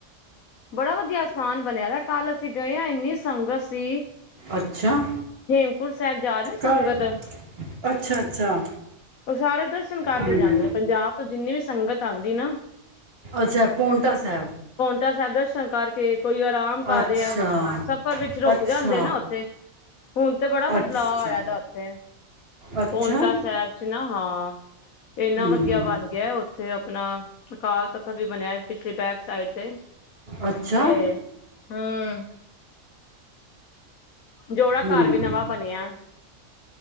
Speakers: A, on the left; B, on the right.
A: ਬੜਾ ਵਧੀਆ ਅਸਥਾਨ ਬਣਿਆ ਵ। ਕੱਲ ਅਸੀਂ ਗਏ ਆਂ ਇੰਨੀ ਸੰਗਤ ਸੀ।
B: ਅੱਛਾ
A: ਹੇਮਕੁੰਟ ਸਾਹਿਬ ਜਾ ਰੀ ਆ ਨਾ ਸੰਗਤ
B: ਘਰ ਅੱਛਾ ਅੱਛਾ
A: ਉਹ ਸਾਰੇ ਦਰਸ਼ਨ ਕਰਕੇ
B: ਹਮ
A: ਜਾਂਦੇ ਨੇ ਪੰਜਾਬ ਜਿੰਨੀ ਵੀ ਸੰਗਤ ਆਂਦੀ ਨਾ।
B: ਅੱਛਾ! ਪੋਂਟਾ ਸਾਹਿਬ
A: ਪੋਂਟਾ ਸਾਹਿਬ ਦਰਸ਼ਨ ਕਰਕੇ ਕੋਈ ਆਰਾਮ ਕਰ
B: ਅੱਛਾ
A: ਰਿਹਾ, ਸਫ਼ਰ ਵਿੱਚ ਰੁਕ
B: ਅੱਛਾ
A: ਜਾਂਦੇ ਨਾ ਉੱਥੇ। ਹੁਣ ਤੇ ਬੜਾ ਬਦਲਾਵ
B: ਅੱਛਾ
A: ਆਇਆ ਤ ਉੱਥੇ
B: ਅੱਛਾ
A: ਪੋਂਟਾ ਸਾਹਿਬ 'ਚ ਨਾ ਹਾਂ। ਏਨਾ
B: ਹਮ
A: ਵਧੀਆ ਬਣ ਗਿਆ ਓ। ਥੇ ਆਪਣਾ ਅਕਾਲ ਤਖ਼ਤ ਵੀ ਬਣਿਆ ਪਿਛਲੀ ਬੈਕ ਸਾਈਡ ਤੇ।
B: ਅੱਛਾ!
A: ਤੇ ਹੂੰ ਜੋੜਾ-
B: ਹਮ
A: ਘਰ ਵੀ ਨਵਾਂ ਬਨਿਆਂ।